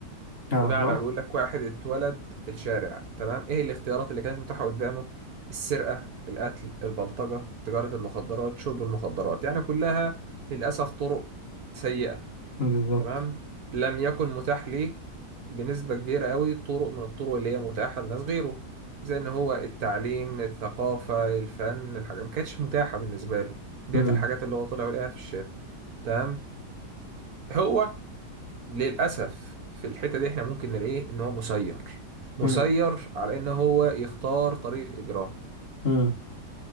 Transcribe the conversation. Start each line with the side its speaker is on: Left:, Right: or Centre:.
Left: اه
Right: بمعنى
Left: بقى
Right: بيقول لك واحد اتولد في الشارع تمام إيه الاختيارات اللي كانت متاحة قدامه السرقة القتل البلطجة تجارة المخدرات شرب المخدرات يعني كلها للأسف طرق سيئة
Left: بالظبط
Right: تمام لم يكن متاح ليه بنسبة كبيرة قوي طرق من الطرق اللي هي متاحة لناس غيره زي ان هو التعليم الثقافة الفن الحاجات ما كانتش متاحة بالنسبة له ديت
Left: مم.
Right: الحاجات اللي هو طلع ولقاها في الشارع تمام هو للأسف في الحتة دي احنا ممكن نلاقيه ان هو مسير مسير
Left: مم.
Right: على ان هو يختار طريق الإجرام
Left: مم.